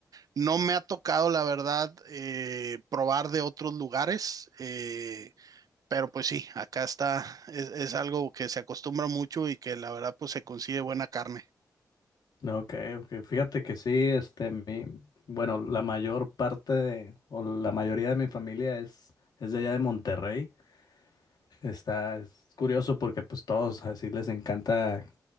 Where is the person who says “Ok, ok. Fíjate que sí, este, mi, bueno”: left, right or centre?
Left